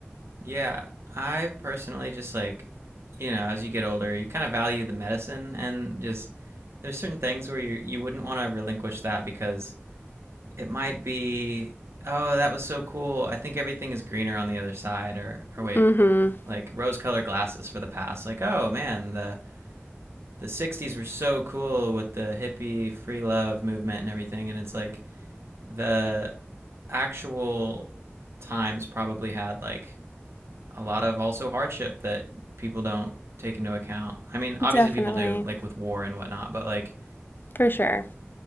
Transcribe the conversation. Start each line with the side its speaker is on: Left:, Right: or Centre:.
Right: Yeah, I personally just like, you know, as you get older, you kind of value the medicine and just there's certain things where you you wouldn't want to relinquish that because it might be oh that was so cool i think everything is greener on the other side or or wait
Left: hmm
Right: like rose colored glasses for the past like oh man the the 60s were so cool with the hippie free love movement and everything and it's like the actual times probably had like a lot of also hardship that people don't take into account i mean obviously
Left: Definitely.
Right: people do like with war and whatnot but like
Left: For sure.